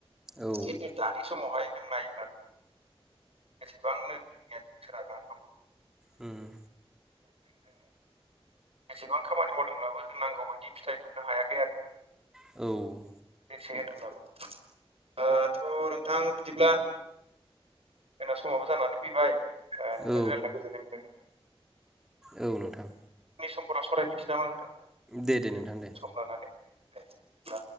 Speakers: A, in the centre; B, on the right (about 75°).
A: औ
B: खिन्थु दा नि समावहाय जों नायोब्ला गोबांनो बिगियानजों सोनारना दं।
A: ओम
B: जोङो एसेबां खामानि मावदोंब्लाबो जों नांगौ बायदि फिथाइ मोननो हायाखै आरो।
A: औ।
B: बेसे होनोब्लाबो दाथ' नोंथां बिदिब्ला जोंना समावबो जानानै फैबाय ओ नोंथाङा जों
A: औ
B: रायल्जायना गोजोनाय मोनदों। नोंथां
A: औ नोंथां।
B: नि समफोराव सावरायफिनसै नामा नोंथां।
A: दे-दे नोंथां दे।
B: सम लानानै दे बिदिब्ला